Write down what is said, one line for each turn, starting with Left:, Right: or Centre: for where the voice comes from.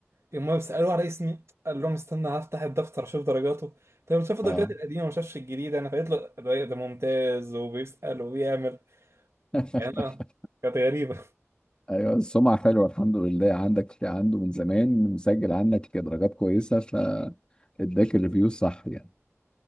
Right: يوم سالوه على اسمي قال لهم استنى هفتح الدفتر اشوف درجاته طب
Left: <laughs>
Right: شاف الدرجات
Left: اه
Right: القديمه ما شافش الجديده انا فقلت له ده ده ممتاز وبيسال وبيعمل
Left: <laughs>
Right: يعني انا كانت غريبه
Left: ايوه السمعه حلوه الحمد لله عندك عنده من زمان مسجل عنك درجات كويسه فاداك الريفيو صح يعني